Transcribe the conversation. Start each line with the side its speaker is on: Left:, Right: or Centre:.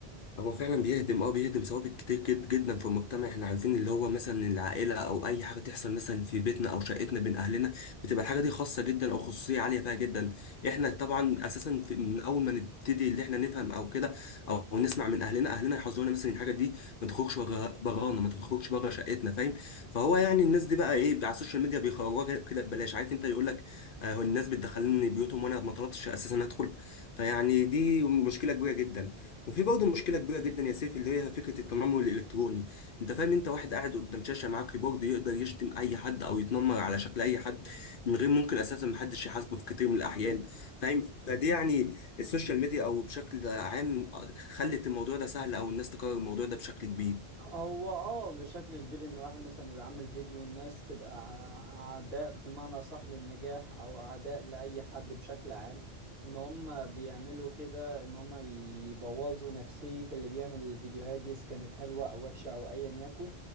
Left: هو فعلا بيهدم اه بيهدم ثوابت كتير جد جدا في المجتمع احنا عارفين اللي هو مثلا العائله او اي حاجه تحصل مثلا في بيتنا او شقتنا بين اهلنا بتبقى الحاجه دي خاصه جدا او خصوصيه عاليه فيها جدا احنا طبعا اساسا في- من اول ما نبتدي اللي احنا نفهم او كده او نسمع من اهلنا اهلنا يحذرونا مثلا الحاجه دي ما تخرجش بغ- بغانا ما تخرجش بره شقتنا فاهم فهو يعني الناس دي بقى ايه على السوشيال ميديا بيخرجوها كده ببلاش عارف انت يقول لك آه الناس بتدخلني بيوتهم وانا ما طلبتش اساسا ادخل فيعني دي مشكله كبيره جدا وفي برضه مشكله كبيره جدا يا سيف اللي هي فكره التنمر الالكتروني انت فاهم انت واحد قاعد قدام شاشه معاه كيبورد يقدر يشتم اي حد او يتنمر على شكل اي حد من غير ممكن اساسا محدش يحاسبه في كتير من الاحيان فاهم فدي يعني السوشيال ميديا او بشكل عام خلت الموضوع ده سهل او الناس تكرر الموضوع ده بشكل كبير
Right: هو اه بشكل كبير ان واحد مثلا يبقى عامل فيديو والناس تبقى ع- اعداء بمعنى صح للنجاح او اعداء لاي حد بشكل عام ان هم بيعملوا كده ان هم يبوظوا نفسية اللي بيعمل الفيديوهات دي اذا كانت حلوة او وحشة او ايا يكن